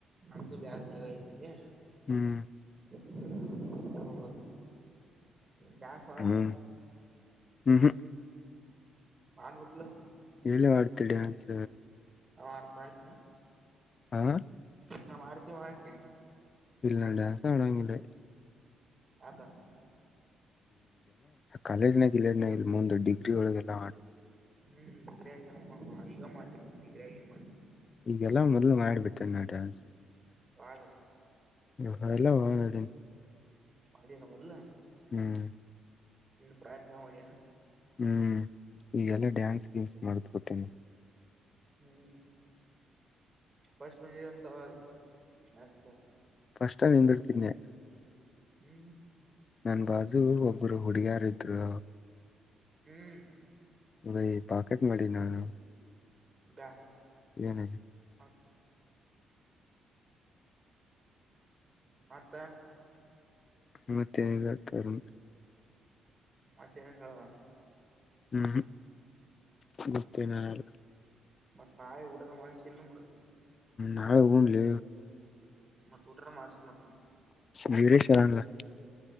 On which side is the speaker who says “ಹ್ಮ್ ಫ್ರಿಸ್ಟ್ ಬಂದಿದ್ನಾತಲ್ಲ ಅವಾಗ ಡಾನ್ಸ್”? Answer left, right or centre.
Right